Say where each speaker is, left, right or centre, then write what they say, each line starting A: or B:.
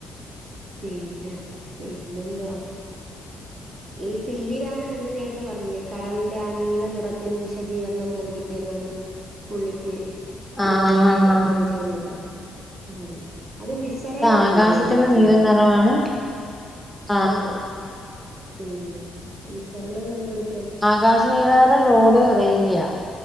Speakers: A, on the right; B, in the centre.
A: പിന്നെ പിന്നെന്താ ഈ സി വി രാമനാ നീ നേരത്തെ പറഞ്ഞില്ലേ കടലിന്റെ ആ നീല നിറത്തിന് വിശദീകരണം നൽകിയനാണ് പുള്ളിക്ക്
B: ആ
A: നോബെൽ
B: ആ
A: ല
B: ആ
A: ലഭിച്ചന്നൊക്കെ ഉം അത് വിസരണാ
B: ആകാശത്തിന്റെ
A: പുള്ളി കണ്ടുപിടിച്ചത്
B: നീല നിറമാണ് ആ
A: ആണ് ഉം വിസരണം കണ്ടുപിടി
B: ആകാശ നീല നിറം ലോഡ് അറിയില്ല്യ